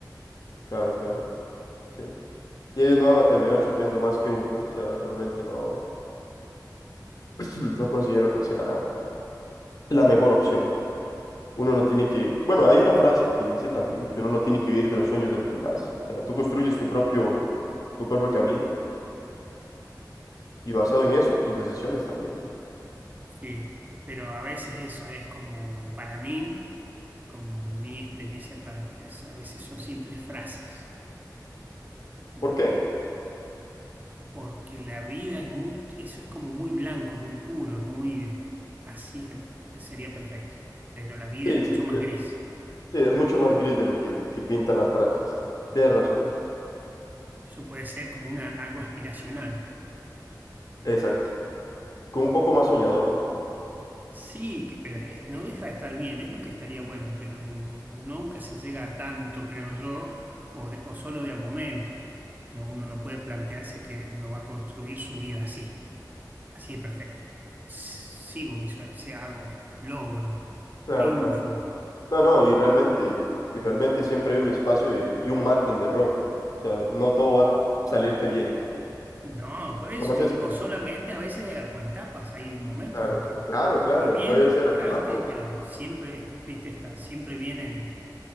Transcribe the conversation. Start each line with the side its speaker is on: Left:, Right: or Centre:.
Left: Claro, claro, sí. Y ellos no van a terminar sufriendo más que uno, ¿eh? O sea, realmente no, <clears throat> no considero que sea la mejor opción. Uno no tiene que, bueno, hay una frase que dice también que uno no tiene que vivir de los sueños de los demás. O sea, tú construyes tu propio, tu propio camino y basado en eso, tus decisiones también.
Right: Sí, pero a veces eso es como, para mí, con mi experiencia, para- es- a veces son simples frases. De,
Left: ¿Por qué?
Right: porque la vida es muy, eso es como muy blanco, muy puro, es muy, eh, así es la- sería perfecto. Pero la vida
Left: Sí,
Right: es mucho
Left: sí, eh,
Right: más gris.
Left: sí, es mucho más gris de lo que, que pintan las frases. Tienes razón.
Right: Eso puede ser como una, algo aspiracional.
Left: Exacto. Con un poco más soñador, ¿no?
Right: Sí, que- pero es- no deja de estar bien, es lo que estaría bueno, pero n- nunca se llega a tanto, creo yo, o, de- o solo de a momentos. No, uno no puede plantearse que uno va a construir su vida así, así de perfecta. S- Sigo mis sueños, si hago, logro,
Left: Claro,
Right: triunfo.
Left: claro. No, no, y realmente, y realmente siempre hay un espacio de- y un margen de error. O sea, no todo va a salirte bien.
Right: No, por eso,
Left: Entonces,
Right: y-
Left: cu-
Right: o solamente a veces eh, por etapas, hay momentos
Left: claro,
Right: en que
Left: claro, claro,
Right: fue bien,
Left: puede ser
Right: lograste,
Left: altibajos.
Right: pero siempre, es- viste, está, siempre vienen.